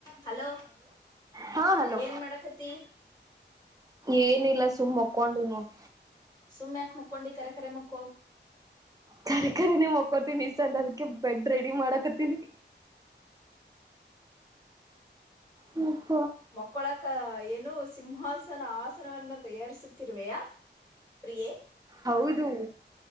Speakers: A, on the left (about 20°); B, on the right (about 20°).
A: ಹಲೋ
B: ಹಾ ಹಲೋ
A: ಏನ್ ಮಾಡಕತಿ
B: ಏನಿಲ್ಲ ಸುಮ್ ಮಕ್ಕೊಂಡಿ ನೋಡ್
A: ಸುಮ್ಯಾಕ್ ಮಕ್ಕೊಂಡಿ ಕರೆ ಕರೆ ಮಕ್ಕೋ
B: ಕರಿ ಕರಿನೇ ಮಕ್ಕೊತೀನಿ ಸದ ಅದಕ್ಕೆ ಬೆಡ್ ರೆಡಿ ಮಾಡಾಕತ್ತಿನಿ ಹ್ಮ
A: ಮಕ್ಕೊಳಕ್ಕ ಏನು ಸಿಂಹಾಸನ ಆಸನವನ್ನ ತಯಾರಿಸುತ್ತಿರುವೆಯಾ ಪ್ರಿಯೆ
B: ಹೌದು